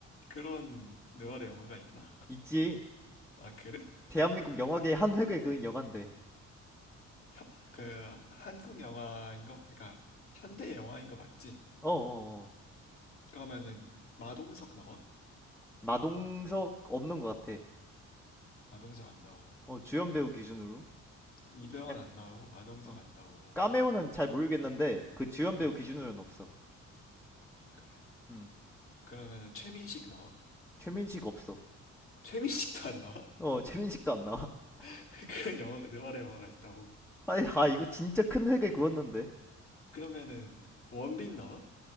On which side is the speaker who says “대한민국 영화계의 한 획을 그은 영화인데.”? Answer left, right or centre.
Centre